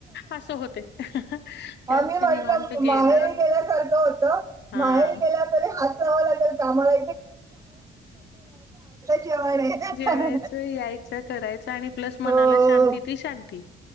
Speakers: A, on the left; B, on the right.
A: असं होते. त्यापेक्षा
B: आ मी म्हटलं
A: निवांत गेलं
B: माहेरी गेल्यासारखो.
A: हा
B: बाहेर के तरी हात लागेल काम्हाला. जेवण आहे
A: जेवायचं यायचं करायचं. आणि प्लस मनाला
B: हो
A: शांती ती शांती.